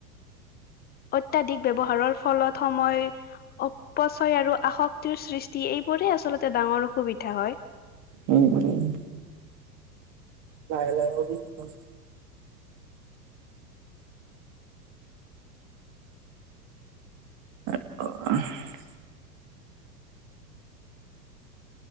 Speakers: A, on the left (about 20°); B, on the right (about 40°).
A: অত্যাধিক ব্যৱহাৰৰ ফলত সময় অপচয় আৰু আসক্ত সৃষ্টি এইবোৰেই আচলতে ডাঙৰ অসুবিধা হয়
B: উম উম লাহে লাহে অঁ ক <unintelligible> <inaudible>